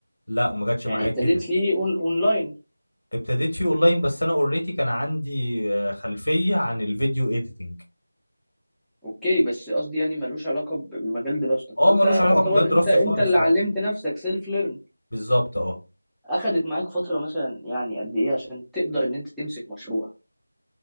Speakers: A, on the left; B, in the centre.
A: لا ما جاتش
B: يعني
A: معايا
B: ابتديت
A: كده
B: فيه اون اونلاين
A: ابتديت فيه اونلاين بس انا اوريدي كان عندي آه، خلفيه عن الفيديو اديتنج
B: اوكي بس قصدي يعني ملوش علاقه بمجال دراستك
A: اه
B: فانت
A: ملوش علاقه
B: تعتبر
A: بمجال دراستي
B: انت انت
A: خالص
B: اللي
A: اه
B: علمت نفسك سيلف ليرن
A: بالظبط اه
B: اخدت معاك فتره مثلا يعني قد ايه عشان تقدر ان انت تمسك مشروع